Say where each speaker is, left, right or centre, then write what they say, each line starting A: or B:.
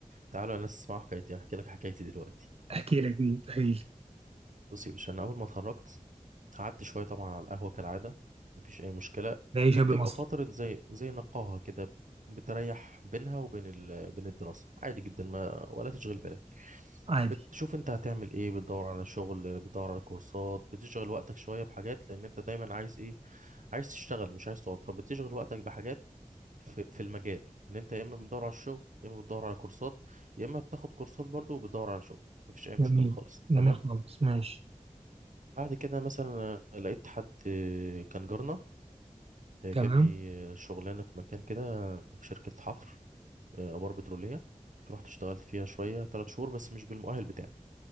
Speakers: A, on the right (about 70°); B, on the right (about 50°).
A: تعالوا الناس تسمعوا حكايتي هحكي لك حكايتي دلوقتي
B: احكي لك دي تخيل
A: بصي يا باشا انا اول ما اتخرجت قعدت شويه طبعا على القهوه كالعاده مفيش اي مشكله
B: ده أي شاب
A: دي بتبقى
B: مصري
A: فتره زي زي نقاهه كده بتريح بينها وبين ال... بين الدراسه عادي جدا ما ولا تشغل بالك
B: عادي
A: بتشوف انت هتعمل ايه بتدور على شغل بتدور على كورسات بتشغل وقتك شويه بحاجات لان انت دايما عايز ايه عايز تشتغل مش عايز تقعد فبتشغل وقتك بحاجات في, في المجال ان انت يا اما بتدور على الشغل يا اما بتدور على كورسات يا اما بتاخد كورسات برضو وبتدور على شغل مفيش اي مشكله
B: جميل
A: خالص
B: جميل
A: تمام
B: خالص ماشي
A: بعد كده مثلا آه، لقيت حد آه، كان جارنا آه،
B: تمام
A: جاب لي آه، شغلانه في مكان كده في شركه حفر آه، ابار بتروليه رحت اشتغلت فيها شويه ثلاث شهور بس مش بالمؤهل بتاعي